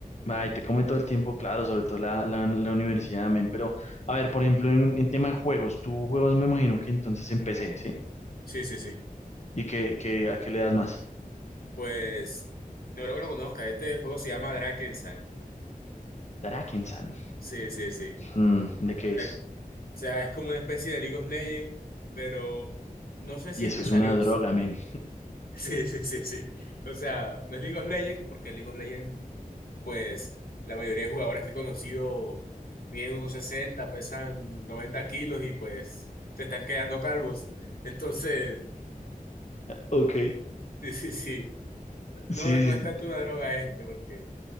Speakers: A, on the left; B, on the left.
A: Ay, te come todo el tiempo, claro, sobre todo la, la, la universidad, men. Pero, a ver, por ejemplo, en, en tema de juegos, tú juegas, me imagino que entonces en PC, ¿sí?
B: Sí, sí, sí.
A: ¿Y qué, qué- a qué le das más?
B: Pues, yo creo que lo conozca. Este juego se llama Drakensang.
A: Darakensan.
B: Sí, sí, sí.
A: Mm, ¿de qué
B: Dra-
A: es?
B: o sea, es como una especie de League of Legends, pero no sé si
A: Y
B: es
A: eso
B: que
A: es
B: salió.
A: una droga,
B: <laughs>
A: men.
B: Sí, sí, sí, sí. O sea, no es League of Legends, porque League of Legends pues la mayoría de jugadores que he conocido miden unos sesenta pesan 90 kilos y pues se están quedando calvos. Entonces,
A: Ok.
B: <laughs> sí, sí, sí, no,
A: Sí,
B: no es
A: sí,
B: tanto una droga este, porque